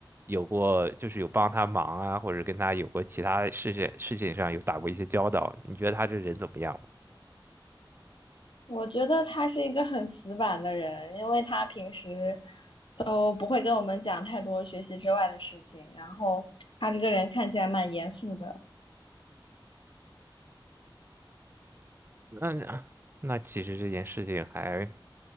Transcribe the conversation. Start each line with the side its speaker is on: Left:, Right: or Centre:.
Right: 有过，就是有帮他忙啊，或者跟他有过其他事情事情上有打过一些交道？你觉得他这人怎么样？
Left: <laughs> 我觉得他是一个很死板的人，因为他平时都不会跟我们讲太多学习之外的事情，然后他这个人看起来蛮严肃的。
Right: 那那其实这件事情还，